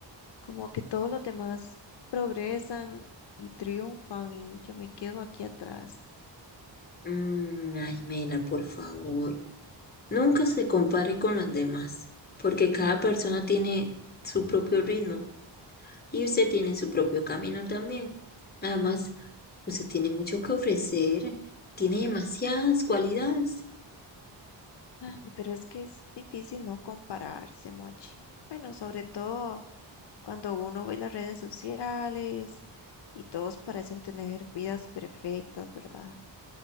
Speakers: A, on the left (about 65°); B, on the left (about 20°).
A: como que todos los demás progresan y triunfan y yo me quedo aquí atrás.
B: Mm, ay, Mela, por favor. Nunca se compare con los demás, porque cada persona tiene su propio ritmo y usted tiene su propio camino también. Además, usted tiene mucho que ofrecer, tiene demasiadas cualidades.
A: Ay, pero es que es difícil no compararse, Mochi. Bueno, sobre todo Cuando uno ve las redes sociales y todos parecen tener vidas perfectas, ¿verdad?